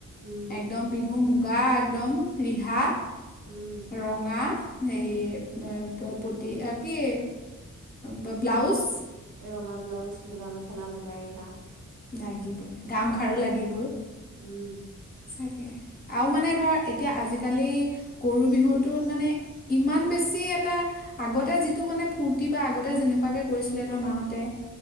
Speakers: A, on the right; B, on the left.
A: উম,
B: একদম বিহু মু -গা একদম, ৰিহা,
A: উম।
B: ৰঙা সেই ম- প- পতি অ'- কি ব- ব্লাউছ
A: ৰঙা ব্লাউছ, মুগা মেখেলা, মুগা ৰিহা
B: লাগিবই, গাম খাৰু লাগিবই।
A: উম।
B: সঁচাকে আৰু মানে ধৰ, এতিয়া আজিকালি গৰু বিহুটোত মানে ইমান বেছি এটা আগতে যিটো মানে ফূৰ্তি বা আগতে যেনেকুৱাকে কৰিছিলে ধৰ মাহঁতে